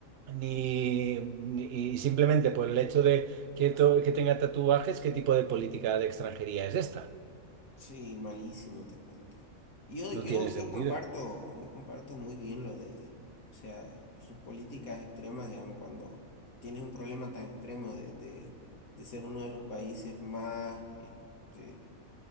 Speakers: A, on the right; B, on the left.
A: ni, ni- y simplemente por el hecho de que, to- que tenga tatuajes, ¿qué tipo de política de extranjería es esta?
B: sí, malísimo, te cuento. Yo,
A: No
B: yo,
A: tiene sentido.
B: yo comparto, yo comparto muy bien lo de, o sea, sus políticas extremas, digamos, cuando tienes un problema tan extremo de, de, de ser uno de los países más, este,